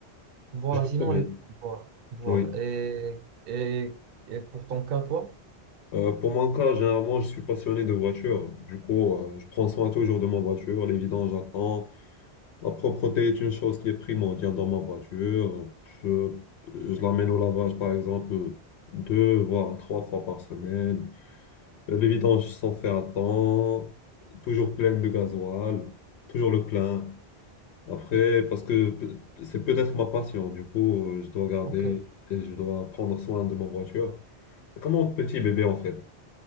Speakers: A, on the right; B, on the left.
A: voilà,
B: Je comprends
A: sinon,
B: bien.
A: les, voilà, voilà.
B: Oui.
A: Et, et, et pour ton cas, toi?
B: Euh, pour mon cas, généralement, je suis passionné de voiture. Du coup, euh, je prends soin toujours de ma voiture. Les vidanges, j'attends. La propreté est une chose qui est primordiale dans ma voiture. Je, je l'amène au lavage, par exemple, deux voire trois fois par semaine. Les vidanges sont faites à temps, toujours pleines de gasoil, toujours le plein. Après,
A: Ok,
B: parce que p- c'est peut-être ma passion, du coup, euh, je dois garder
A: ok.
B: et je dois prendre soin de ma voiture. C'est comme un petit bébé en fait.